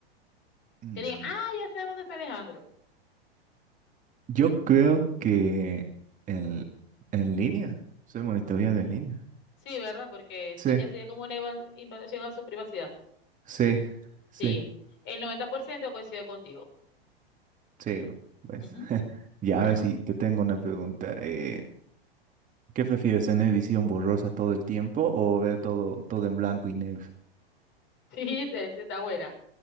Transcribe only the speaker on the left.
Que digan, ah, ya sabemos dónde está Alejandro.
Sí, ¿verdad? Porque eso
ya sería como una eva- invasión a su privacidad.
Sí, el 90% coincido contigo.
Ujú.
Ajá.
<laughs> Sí, te- te- está buena.